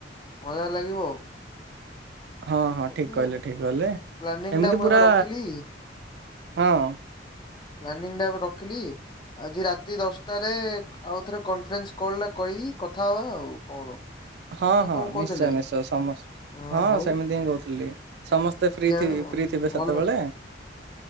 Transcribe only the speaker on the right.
ହଁ ହଁ
ଠିକ କହିଲେ ଠିକ କହିଲେ
ଏମିତି
ପୁରା
ହଁ।
ହଁ
ହଁ
ନିଶ୍ଚୟ ନିଶ୍ଚୟ ସମସ୍।
ହଁ
ସେମିତି ହିଁ କହୁଥିଲି ସମସ୍ତେ
ଫ୍ରି ଥିବି ଫ୍ରି ଥିବେ
ସେତେବେଳେ <inaudible>